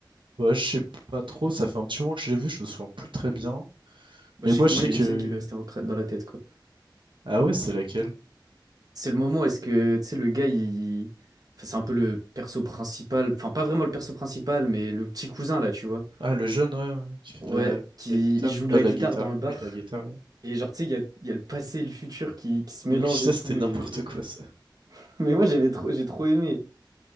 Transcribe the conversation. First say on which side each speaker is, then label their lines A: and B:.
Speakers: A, on the right; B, on the right.
A: pas, je sais pas trop. Ça fait un petit moment que je l'ai vu, je me souviens plus très bien.
B: Bah,
A: Mais
B: je sais
A: moi,
B: que
A: je
B: moi,
A: sais
B: il y
A: que.
B: a une scène qui m'est restée en cra- dans la tête, quoi.
A: Ah ouais, c'est laquelle?
B: C'est le moment où est-ce que, tu sais, le gars, il... Enfin, c'est un peu le perso principal. Enfin, pas vraiment le perso principal, mais le petit cousin, là, tu vois.
A: Ah, le jeune, ouais, ouais, qui fait
B: Ouais,
A: de la,
B: qui
A: la guitare.
B: il joue de
A: Euh,
B: la
A: la
B: guitare
A: guitare.
B: dans le bar.
A: Oui, la guitare. ouais.
B: Et genre, tu sais, il y a, il y a le passé et le futur qui, qui se mélangent
A: Oui, ça,
B: et
A: c'était
B: tout.
A: n'importe
B: Et j'ai-
A: quoi, ça.
B: <laughs> Mais moi, j'avais trop... j'ai trop aimé.